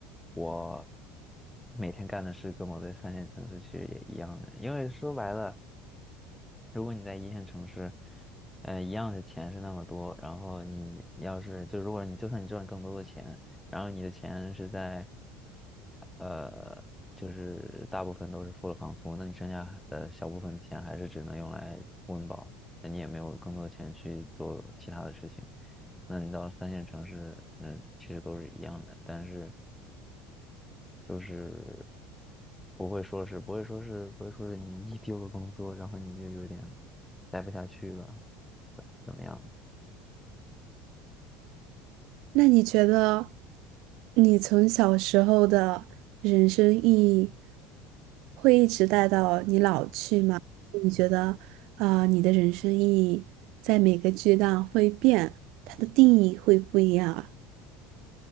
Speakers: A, in the centre; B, on the right (about 60°).
A: 我每天干的事跟我在三线城市其实也一样的，因为说白了。如果你在一线城市，呃，一样是钱是那么多，然后你要是就如果你就算你赚更多的钱，然后你的钱是在，呃，就是大部分都是付了房租，那你剩下的小部分的钱还是只能用来温饱，那你也没有更多的钱去做其他的事情。那你到三线城市，那其实都是一样的，但是就是不会说是不会说是不会说是你一丢了工作，然后你就有点待不下去了，怎么样？
B: 那你觉得你从小时候的人生意义会一直带到你老去吗？你觉得，啊，你的人生意义在每个阶段会变，它的定义会不一样啊？